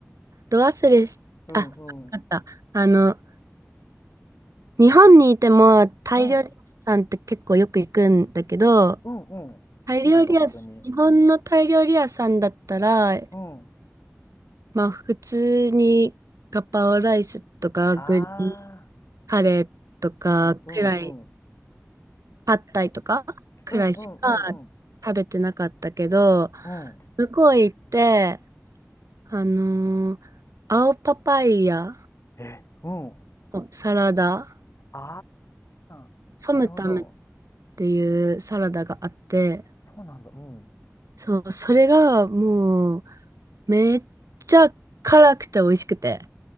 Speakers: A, on the right; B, on the left.
A: ど忘れし、
B: <laughs> うんうん。
A: あ、わかった。あの、日本にいてもタイ料理屋さんって結構よく行くんだけど、
B: うん。うんうん。好きなんだ、
A: タイ料理屋す日本のタイ料理屋さんだったら、
B: 本当に。うん。
A: まあ普通にガパオライスとかグリーン
B: ああ、
A: カレーとかくらい、
B: うんうんうん。
A: パッタイとかくらいしか
B: うんうんうんうん。
A: 食べてなかったけど、
B: うん。
A: 向こう行って、あのー青パパイヤ、
B: え、うん。
A: サラダ、
B: ああ、
A: ソムタムっ
B: なるほど。
A: ていうサラダがあって、
B: そうなんだ。うん。
A: そう、それがもうめっちゃ辛くて美味しくて。